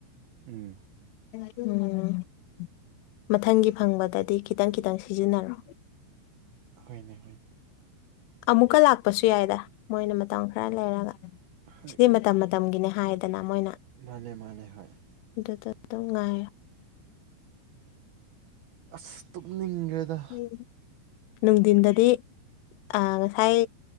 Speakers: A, on the right; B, on the left.
A: ꯎꯝ
B: ꯑꯝ ꯃꯊꯪꯒꯤ ꯐꯪꯕꯗꯗꯤ ꯈꯤꯇꯪ ꯈꯤꯇꯪ ꯁꯤꯖꯤꯟꯅꯔꯣ
A: ꯍꯣꯢꯅꯦ
B: ꯑꯃꯨꯛꯀ ꯂꯥꯛꯄꯁꯨ ꯌꯥꯏꯗ ꯃꯣꯏꯅ ꯃꯇꯝ ꯈꯔ ꯂꯩꯔꯒ
A: ꯍꯣꯏ
B: ꯁꯤꯗꯤ ꯃꯇꯝ ꯃꯇꯝꯒꯤꯅꯤ ꯍꯥꯏꯗꯅ ꯃꯣꯏꯅ
A: ꯃꯥꯅꯦ ꯃꯥꯅꯦ ꯍꯣꯢ
B: ꯑꯗꯨꯗꯣ ꯑꯗꯨꯝ ꯉꯥꯢꯌꯣ
A: ꯑꯁ ꯇꯨꯝꯅꯤꯡꯒ꯭ꯔꯦꯗ
B: ꯎꯝ ꯅꯨꯡꯗꯤꯟꯗꯗꯤ ꯑꯥ ꯉꯁꯥꯏ